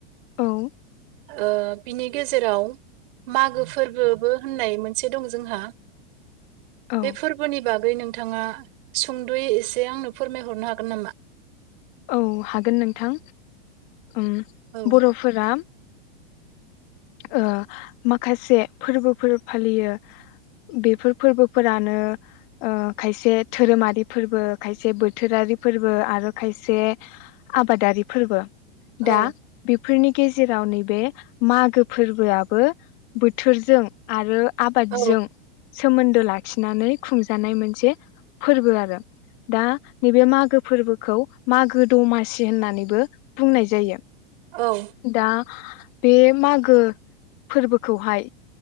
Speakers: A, on the left; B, on the right.
A: औ
B: ओ बिनि गेजेराव मागो फोरबोबो होननाय मोनस से दं जोंहा।
A: औ
B: बे फोरबोनि बाग आगै नोंथाङा सुंद'यै एसे आंनो फोरमायहरनो हागोन नामा?
A: औ हागोन नोंथां। उम
B: औ
A: बर'फोरा ओ माखासे फोरबोफोर फालियो बेफोर फोरबोफोरानो ओ खायसे धोरोमारि फोरबो खायसे बोथोरारि फोरबो आरो खायसे आबादारि फोरबो।
B: औ
A: दा बिब फोरनि गेजेराव नैबे मागो फोरबोआबो बोथोरजों आरो आबादजों
B: औ
A: सोमोन्दो लाखिनानै खुंजानाय मोनसे फोरबो आरो दा नैबे मागो फोरबो खौ मागो दमासि होननानैबो बुंनाय जायो।
B: औ
A: दा बे माग गो फोरबोखौहाय